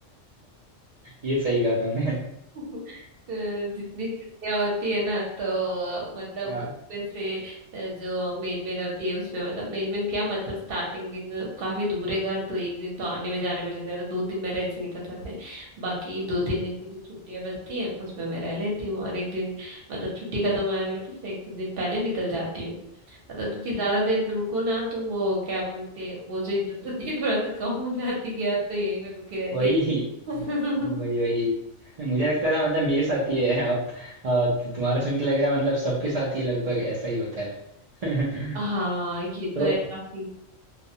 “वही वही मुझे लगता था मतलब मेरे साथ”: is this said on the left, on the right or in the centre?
Right